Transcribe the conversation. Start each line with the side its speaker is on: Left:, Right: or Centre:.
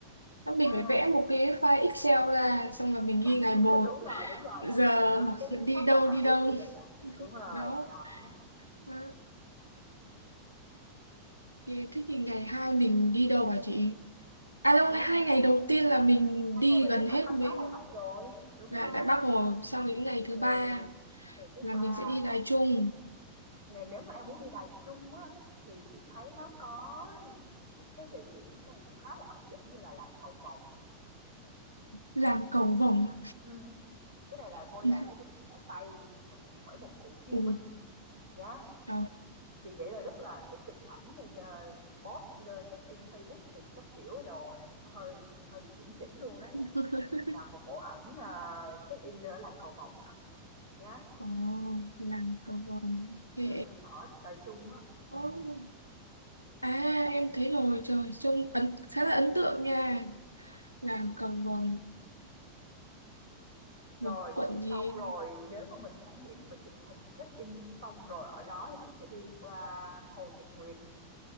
Left: Thế Mình
Right: ha
Left: phải vẽ một cái file Excel ra xong là mình ghi ngày
Right: <laughs>
Left: một
Right: À, đúng rồi đúng rồi
Left: giờ
Right: mình lên một cái
Left: <laughs>
Right: danh
Left: đi
Right: sách
Left: đâu
Right: đó Thảo
Left: đi đâu.
Right: giống như vậy đó
Left: <laughs>
Right: đúng rồi
Left: Đó.
Right: đó
Left: Đó. Thế thế thì ngày 2 mình đi đâu hả chị? À đâu,
Right: nếu
Left: ngày hai
Right: mà
Left: ngày đầu tiên là mình
Right: hai
Left: đi
Right: ngày mình
Left: gần
Right: đi tha-
Left: hết
Right: khám
Left: mấy
Right: phá Đài Bắc rồi đúng
Left: Dạ,
Right: không
Left: tại Bắc rồi. Xong đến ngày thứ
Right: ừ
Left: ba
Right: ngày thứ ba
Left: là mình sẽ đi Đài Trung,
Right: ngày nếu mà em muốn đi Đài Trung á thì chị thấy nó có những cái địa điểm đây cũng khá là hấp dẫn như là làng Cầu Vồng nè
Left: làng cầu vồng.
Right: ừ. cái này là ngôi
Left: <laughs>
Right: làng
Left: à?
Right: này được vẽ tay bởi một cựu chiến
Left: Ừ,
Right: binh nhá
Left: đó.
Right: Chị nghĩ là rất là để chụp ảnh này cho post lên check-in Facebook thì các kiểu đồ này nó hơi hơi bị chuẩn chỉnh luôn đấy.
Left: <laughs>
Right: Làm một bộ ảnh à, check-in ở làng Cầu Vồng là nhá.
Left: Ồ, làng cầu vồng.
Right: Ừ,
Left: Ok.
Right: ở Đài Trung á. Ừ.
Left: Ồ. À, em thấy rồi. Trời, trông ấn, khá là ấn tượng nha. Làng cầu vồng
Right: Rồi,
Left: thuộc quận gì?
Right: xong rồi nếu mà mình trải nghiệm mình chụp hình check-in xong rồi ở đó thì mình sẽ đi qua Hồ Nhật Nguyệt.